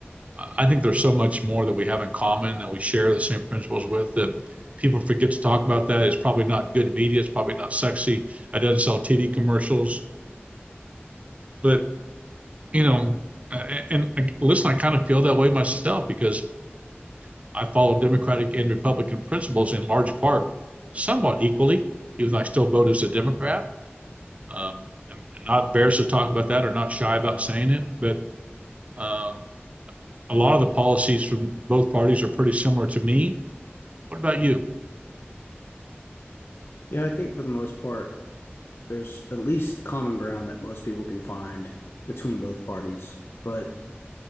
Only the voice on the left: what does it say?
Yeah, I think for the most part, there's at least common ground that most people can find between both parties. But